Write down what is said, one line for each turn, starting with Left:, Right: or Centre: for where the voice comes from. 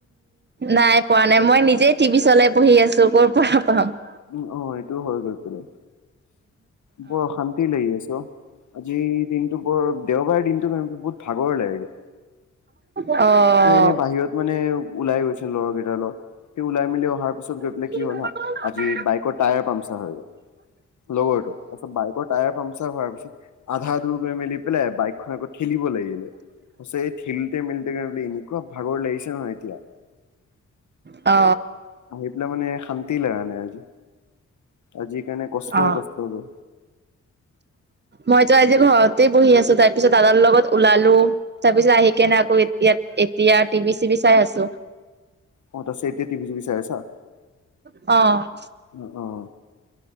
Right: নাই পোৱা নাই মই নিজেই টিভি চলাই পঢ়ি আছো ক'ৰ পৰা পঢ়াম।
Left: উম অ এইটোও হয় গৈ পেলাই। বৰ অশান্তি লাগি গৈছে অ আজি। দিনটো বৰ দেওবাৰৰ দিনটো বহুত ভাগৰ লাগেগৈ।
Right: অ'। অ'।
Left: এ এনে বাহিৰত মানে ওলাই গৈছ- সে ল'ৰা কেইটাৰ লগ সেই ওলাই মেলি অহাৰ পিছত গৈ
Right: অ অ
Left: পেলাই কি হ'ল হা যি বাইকৰ টায়াৰ পামচা হৈ গ'ল। লগৰটোৰ তা পাছত বা- বাইকৰ টায়াৰ পামচাৰ হোৱাৰ পিছত আধা দূৰ গৈ মেলি পেলাই বাইকখন আকৌ ঠেলিব লাগিলে। পাছে থিলোটে মিলোটে কাৰোতেই বুলি এনেকুৱা ভাগৰ লাগিছে নহয় এতিয়া।
Right: অ।
Left: আহি পেলাই মানে শান্তি লাগা নাই আজি। আজি কাৰণে কষ্টই
Right: অ
Left: কষ্ট যে।
Right: মইতো আজি ঘৰতে বহি আছো তাৰ পিছত দাদাৰ লগত ওলালো। তাৰ পিছত আহি কেনে নাই আকৌ এতিয়া এতিয়া টিভি চিভি চাই আছো।
Left: অ' তাৰপিছত এতিয়া টিভি চিভি চায় আছা
Right: অ'
Left: অ অ।